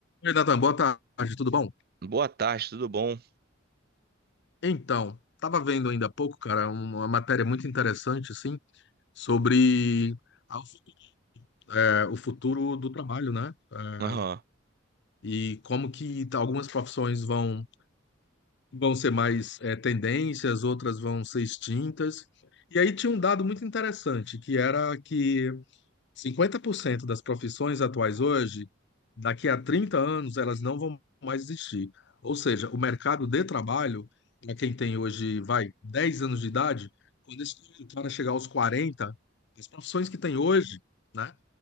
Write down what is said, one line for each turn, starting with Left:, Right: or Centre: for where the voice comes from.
Left: Oi, Natan, boa tarde, tudo bom?
Right: Boa tarde, tudo bom?
Left: Então, estava vendo ainda há pouco, cara, uma matéria muito interessante, assim, sobre a- é, o futuro do trabalho, né? É,
Right: Aham.
Left: E como que tá- algumas profissões vão, vão ser mais é, tendências, outras vão ser extintas. E aí tinha um dado muito interessante, que era que Cinquenta por cento das profissões atuais hoje, daqui a 30 anos, elas não vão mais existir. Ou seja, o mercado de trabalho, para quem tem hoje, vai, 10 anos de idade, quando esse cara chegar aos 40, as profissões que tem hoje, né,